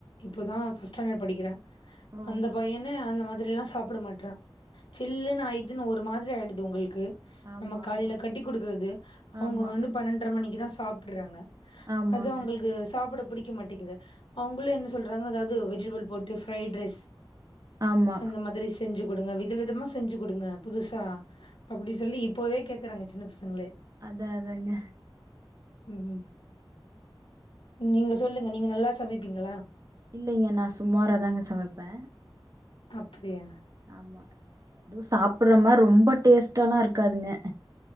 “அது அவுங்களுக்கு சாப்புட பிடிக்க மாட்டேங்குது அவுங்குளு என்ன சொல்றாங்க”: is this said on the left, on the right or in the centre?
Left